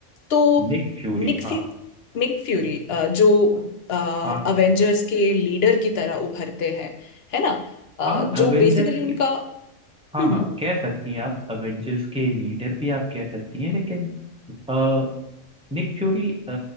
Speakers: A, on the left; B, in the centre.
A: तो
B: निक फ्यूरी
A: निक फ्यू
B: हाँ
A: निक फ्यूरी अ, जो
B: हाँ
A: अवेंजर्स के लीडर की तरह उभरते हैं है ना अ,
B: हाँ
A: जो
B: अवेंजर्स
A: बेसिकली उनका
B: हाँ
A: हम्म
B: हाँ कह सकती हैं आप अवेंजर्स के लीडर भी आप कह सकती हैं लेकिन आ, निक फ्यूरी अ,